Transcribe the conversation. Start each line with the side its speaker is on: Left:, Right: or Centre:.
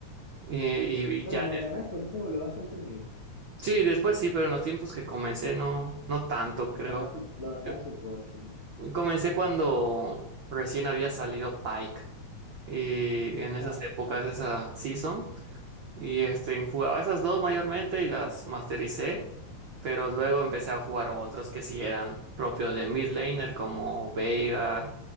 Right: Eh, y
Left: Bueno,
Right: ya
Left: Morgana después se volvió bastante Mid.
Right: Sí, después sí, pero en los tiempos que comencé no, no tanto, creo.
Left: No era su, lo daban
Right: Yo-
Left: support, sí.
Right: Comencé cuando recién había salido Pike y en esas
Left: Ah,
Right: épocas, esa season, y este, jugaba esas dos mayormente y las mastericé, pero luego empecé a jugar otros que sí eran propios de mid laner como Veigar,